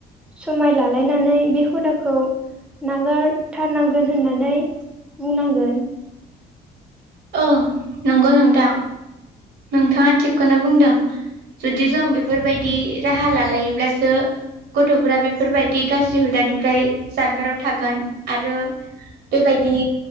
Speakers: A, in the centre; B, on the right.
A: समाय लालायनानै बे हुदाखौ नागारथारनांगोन होननानै बुंनांगोन
B: ओं नंगौ नोंथां नोंथाङा थिगखौनो बुंदों जुदि जों बेफोरबायदि राहा लालायोब्लासो गथ'फोरा बेफोरबायदि गाज्रि हुदानिफ्राय जानगाराव थागोन आरो बेबायदि